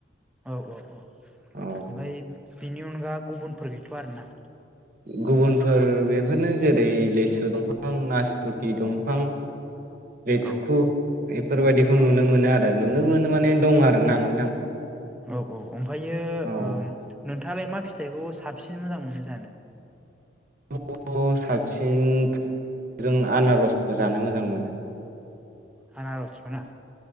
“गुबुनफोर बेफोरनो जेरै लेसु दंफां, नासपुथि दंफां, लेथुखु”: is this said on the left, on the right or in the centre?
Right